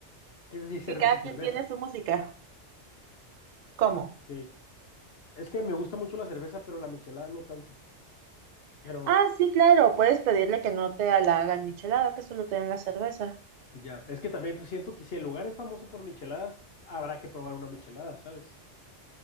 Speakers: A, on the left; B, on the right.
A: Es así, cerveza,
B: Y cada
A: cerveza.
B: quien tiene su música. ¿Cómo?
A: Ok. Es que me gusta mucho la cerveza, pero la michelada no tanto. Pero
B: Ah, sí, claro, puedes pedirle que no te la hagan michelada, que solo te den la cerveza.
A: ya, es que también pues, siento que si el lugar es famoso por micheladas, habrá que probar una michelada, ¿sabes?